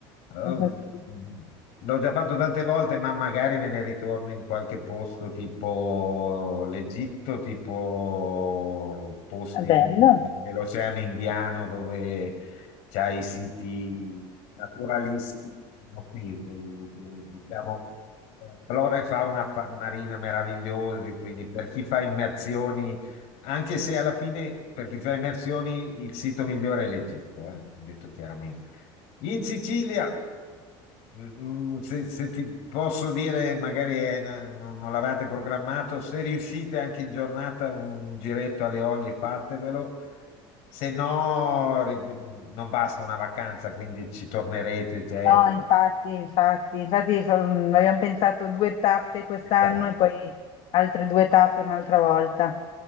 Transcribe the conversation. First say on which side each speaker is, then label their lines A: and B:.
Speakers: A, on the left; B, on the left.
A: Ehm,
B: <laughs> questo sì.
A: Mm. L'ho già fatto tante volte, ma magari me ne ritorno in qualche posto tipo l'Egitto, tipo posti
B: Bello.
A: nel- nel- nell'Oceano Indiano dove c'hai i siti naturalistici notevoli, diciamo, eh, flora e fauna fa- marina meravigliosi, quindi per chi fa immersioni, anche se alla fine per chi fa immersioni il sito migliore è l'Egitto, eh, detto chiaramente. In Sicilia. Mm, Se, se ti posso dire, magari eh, n- non, non l'avevate programmato, se riuscite anche in giornata un giretto alle olie, fatevelo, se no ri- non basta una vacanza, quindi ci tornerete. cioè,
B: No, infatti, infatti, infatti fa- mm, abbiamo pensato due tappe quest'anno
A: esatto.
B: e poi altre due tappe un'altra volta.